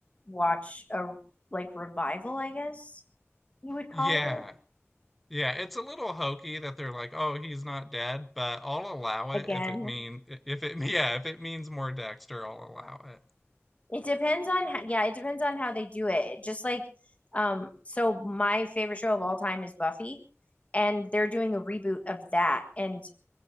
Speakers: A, on the left (about 30°); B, in the centre.
A: watch a like revival. I guess you would call
B: Yeah, yeah, it's a little hokey that they're like, oh, he's not dead, but I'll allow it
A: it again.
B: if it mean if it <laughs> yeah if it means more Dexter, I'll allow
A: It depends on how, yeah, it depends on how they do it. Just like um, so my favorite show of all time is Buffy, and they're doing a reboot of that, and